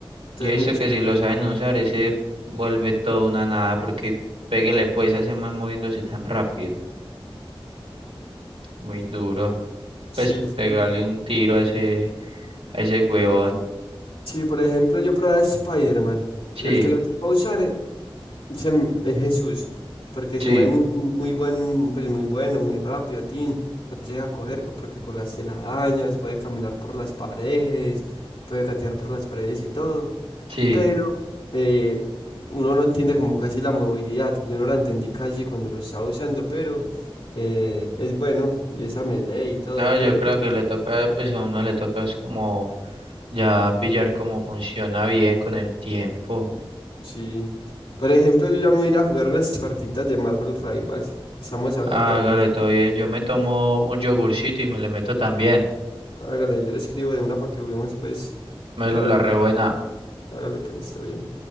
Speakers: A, on the left; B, on the right.
A: Entonces
B: Yo he visto
A: muy chévere.
B: que si lo saben
A: como,
B: usar, ese vuelve todo una nada, porque pégale pues a ese man moviéndose tan rápido. Muy duro.
A: Sí,
B: Pues
A: es-
B: pegarle un tiro a ese, a ese huevón.
A: Sí, por ejemplo, yo probé a Spider-Man.
B: Sí,
A: El que lo va a usar eh, se m- es Jesús, porque se
B: sí,
A: mueve muy, muy buen, pues muy bueno, muy rápido, Tin. No se deja coger co- porque con las telarañas puede caminar por las paredes, puede gatear por las paredes y todo.
B: sí.
A: Pero eh, uno no entiende como casi la movilidad. Yo no la entendí casi cuando lo estaba usando, pero eh, es bueno, y esa melee y todo,
B: No,
A: pero.
B: yo creo que le toca, pues a uno le toca es como ya pillar cómo funciona bien con el tiempo.
A: Sí. Por ejemplo, yo ya me voy a ir a jugar unas partitas de Marvel Rivals. Estamos hablando,
B: Hágale
A: pues.
B: todo bien. Yo me tomo un yogurcito y me le meto también.
A: Hágale, yo le escribo de una para que juguemos, pues.
B: Me
A: Marvel,
B: lo la rebuena.
A: hágale, pues, está bien.